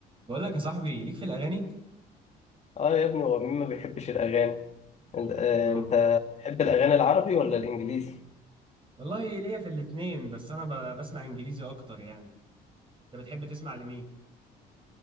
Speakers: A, on the right; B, on the left.
A: بقول لك يا صاحبي ليك في الاغاني
B: اه يا ابني هو مين ما بيحبش الاغاني ال- آه،
A: امم
B: انت تحب الاغاني العربي ولا الانجليزي
A: والله ليا في الاتنين بس انا ب- بسمع انجليزي اكتر يعني انت بتحب تسمع لمين